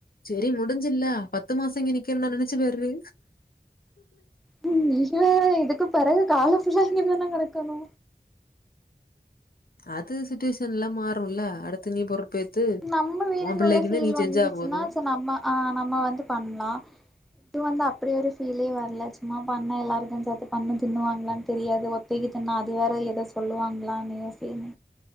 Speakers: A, on the left (about 60°); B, in the centre.
A: சேரி முடிஞ்சில்லா பத்து மாச இங்கே நிக்கனுனா நெனைச்சி பாரு
B: ம் நீ வேற இதுக்குப் பெறகு காலம் ஃபுல்லா இங்கதானே கெடக்கணு
A: அது சுட்டுவேஷன் எல்லா மாறுல்ல அடுத் பொறுப்பேத்து
B: நம்ம வீடுனு
A: பிள்ளைக்குன்னு
B: உள்ள சீல்
A: நீ
B: வந்துச்சின்னா
A: செஞ்சா போதும்.
B: சே நம்ம ஆ நம்ம வந்து பண்லா இது வந்து அப்டியே ஒரு ஃபீலே வரல சும்மா பண்ண எல்லாருக்கு சேத்து பண்ணு தின்னுவாங்களான்னு தெரியாது ஒத்தைக்கு தின்னா அது வேற எதே சொல்லுவாங்களான்னு யோசின்